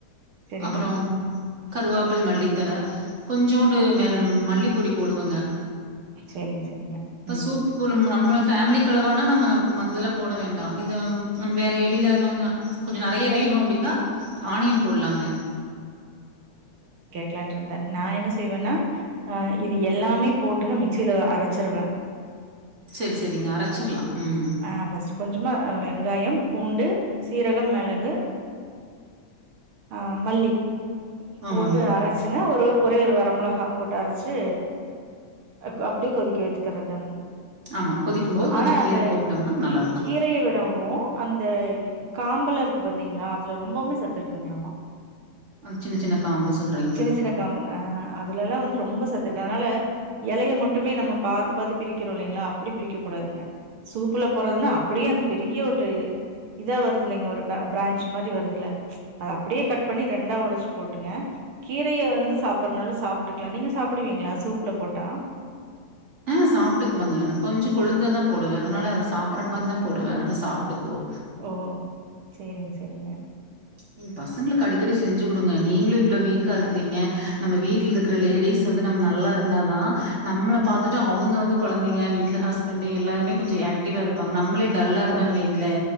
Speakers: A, on the right; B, on the right.
A: சேரிங்க
B: அப்பறோ கருவாப்பில் மல்லித்தல கொஞ்சோண்டு மேல மல்லிப் பொடி போடுவங்க
A: சேரிங்க சரிங்க
B: இப்ப
A: ம்
B: சூப்பு நம் நம்மள ஃபேமிலி் கலவானா நம்ம மத்தெல்ல போட வேண்டா இல்ல வேற எளில நொஞ்சோ கொஞ்சோ நெறைய
A: வெங்
B: வேணு அப்டின்னா
A: ம்
B: ஆனியன் போட்லாங்க
A: க்ளான்ருந்தே நா என்ன செய்வேனா அ இது எல்லாமே போட்டுங்க மிக்சியில அரச்சிருவே
B: செரி செரிங்க அரச்சிர்லா ம்
A: ஆ ஃபஸ்ட் கொஞ்சமா வெங்காயம் பூண்டு சீரகம் மெளகு ஆ மல்லி
B: ஆமாங்க
A: போட்டு அரச்சுங்க ஒரு ஒரே ஒரு வரமொளகா போட்டு அரச்சு க அப் அப்டியே கொதிக்க வக்கிறதானுங்க
B: ஆமாங்க கொதிக்கும் போது
A: ஆனா
B: கொஞ்சோ கீர
A: அந்த
B: போட்டோம்னா நல்லாருக்கு
A: கீரய விடவு அந்த காம்பல இருக்கு பாத்தீங்களா அதுல ரொம்பவுமே சத்து இருக்குங்களாமா
B: அ சின்ன சின்ன காம்பு சொல்றீ
A: சின்ன சின்ன காம்புங்க ஆ அதுல எல்லா வந்து ரொம்ப சத்து இருக்கு அதுனால எலய மட்டுமே நம்ம பாத்து பாத்து பிரிக்கிறோ இல்லேங்ளா அப்டி பிரிக்க கூடாதுங்க சூப்புல போறதுன்னா அப்டியே அந்த பெரிய ஒரு இதா வரு இல்லைங்க ஒரு ப ப்ரான்ச் மாரி வருதுல்ல அது அப்டியே கட் பண்ணி ரெண்டா ஒடச்சு போட்டுங்க கீரய வந்து சாப்பற்றனாலு சாப்ட்டுக்கலா நீங்க சாப்டுவீங்களா சூப்ல போட்டா
B: ஆ சாப்ட்டுக்குவங்க எனக் கொஞ்சொ கொழுந்தா தா போடுவே அதுனால அத சாப்பற்ற மாரிதா போடுவே அதுனால சாப்ட்டுக்குவோ
A: ஓ சேரிங்க சரிங்க
B: நீங்க பசங்களுக்கு அடிக்கடி செஞ்சு குடுங்க நீங்களு இவ்ளோ வீக்கா இருக்குறீங்க நம்ம வீட்ல இருக்குற லேடீஸ் வந்து நம்ம நல்லா இருந்தா தா நம்மள பாத்துட்டு அவுங்க வந்து கொழந்தைங்க வீட்ல ஹஸ்பண்டு எல்லாருமே கொஞ்ச ஏக்டிவா இரு ப்பாங்க நம்மளே டல்லா
A: கண்டிப்பா
B: இருந்தன் வைங்ளே